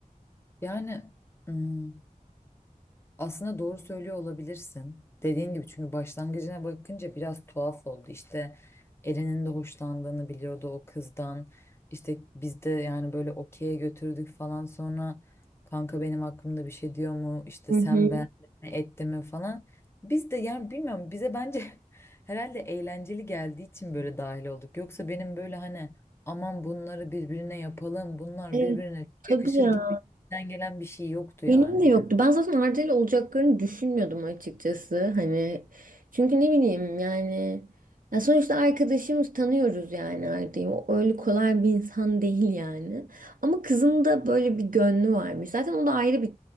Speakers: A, on the left; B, on the right.
A: Yani hmm, Aslında doğru söylüyor olabilirsin. Dediğin gibi çünkü başlangıcına bakınca biraz tuhaf oldu. İşte Eren'in de hoşlandığını biliyordu o kızdan. İşte biz de yani böyle okey'e götürdük falan sonra kanka benim hakkımda bir şey diyor mu? İşte
B: Hı
A: sen
B: hı.
A: ben mi etti mi falan. Biz de yani bilmiyorum bize bence <laughs> herhalde eğlenceli geldiği için böyle dahil olduk. Yoksa benim böyle hani aman bunları birbirine yapalım bunlar
B: Evet,
A: birbirine çok
B: tabii
A: yakışır
B: ya.
A: gibi içten gelen bir şey yoktu
B: Benim
A: yani.
B: de yoktu. Ben zaten Arda'yla olacaklarını düşünmüyordum açıkçası. Hani çünkü ne bileyim yani ya sonuçta arkadaşımız tanıyoruz yani Arda'yı. O öyle kolay bir insan <laughs> değil yani. Ama kızın da böyle bir gönlü varmış. Zaten o da ayrı bir